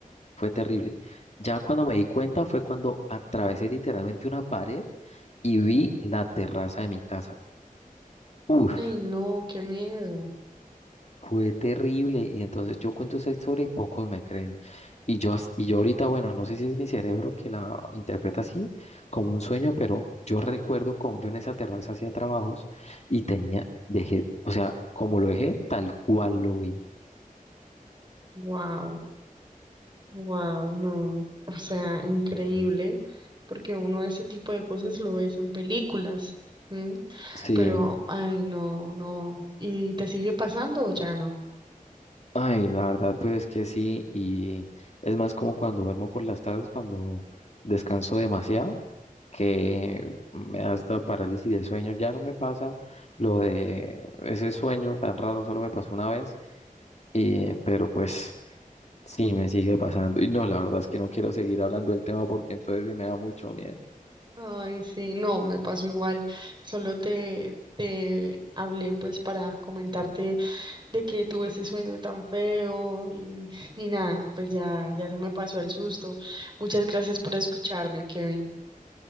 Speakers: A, on the left (about 50°); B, on the right (about 30°).
A: fue terrible. Ya cuando me di cuenta fue cuando atravesé literalmente una pared y vi la terraza de mi casa. Uf,
B: Ay, no, qué miedo.
A: Fue terrible. Y entonces yo cuento esa historia y pocos me creen. Y yo, as- y yo ahorita, bueno, no sé si es mi cerebro que la interpreta así, como un sueño, pero yo recuerdo como yo en esa terraza hacía trabajos y tenía, dejé, o sea, como lo dejé, tal cual lo vi.
B: Wow, wow, no. O sea, increíble,
A: Eh,
B: porque uno ese tipo de cosas lo ves en películas. ¿Mm?
A: sí,
B: Pero, ay, no, no. ¿Y te sigue pasando o ya no?
A: Ay, la verdad, pues que sí, y es más como cuando duermo por las tardes, cuando descanso demasiado, que me da hasta parálisis del sueño, ya no me pasa lo de ese sueño tan raro, solo me pasó una vez, y, pero pues sí, me sigue pasando, y no, la verdad es que no quiero seguir hablando del tema porque entonces sí me da mucho miedo.
B: Ay, sí, no, me pasó igual. Solo te, te hablé pues para comentarte de que tuve ese sueño tan feo y, y nada, pues ya, ya se me pasó el susto. Muchas gracias por escucharme, Kevin.